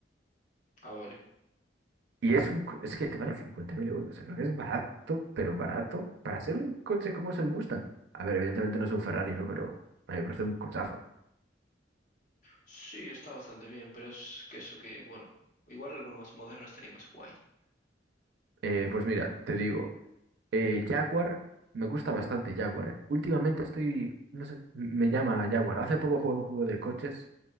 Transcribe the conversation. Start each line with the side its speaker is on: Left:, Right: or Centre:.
Left: Ah, vale.
Right: Y es, un, co- es que te vale cincuenta mil euros. O sea, creo que es barato, pero barato para hacer un coche como es el Mustang. A ver, evidentemente no es un Ferrari, ¿no? Pero a mí me parece un cochazo.
Left: Sí, está bastante bien, pero es que eso que, bueno, igual alguno más moderno estaría más guay.
Right: Eh, pues mira, te digo, eh, Jaguar, me gusta bastante Jaguar, ¿eh? Últimamente estoy, no sé, m- me llama Jaguar. Hace poco jugué un juego de coches